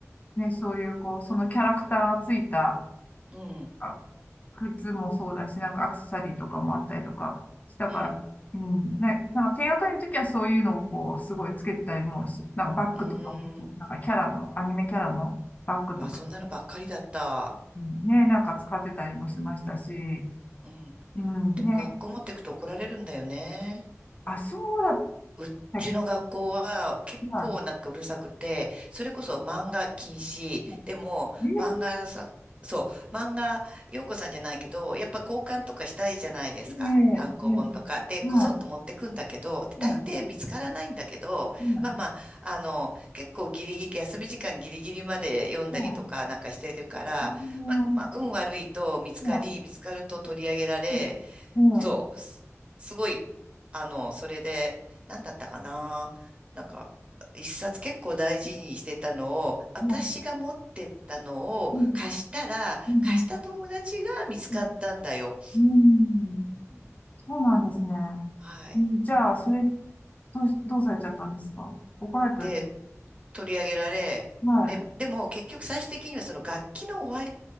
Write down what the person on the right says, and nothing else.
うん、
うん、
うーん。
まあ、そんなのばっかりだった。
うん。
でも学校持ってくと怒られるんだよね。
うちの学校は結構なんかうるさくて、
それこそ漫画禁止。
でも、
漫画さ、そう、漫画、陽子さんじゃないけど、やっぱ交換とかしたいじゃないですか。
単行本とか。
で、こそっと持ってくんだけど、
大抵見つからないんだけど、
まあまあ、あの、結構ギリギリ、休み時間ギリギリまで読んだりとかなんかしてるから、
まあ、まあ、運悪いと見つかり、
見つかると取り上げられ、
そう、
す、すごい、あの、それで、なんだったかな。なんか、一冊結構大事にしてたのを、私が持ってったのを貸したら、
貸した友達が見つかったんだよ。
うん
はい。
で、取り上げられ、
で、でも結局最終的にはその楽器の終わり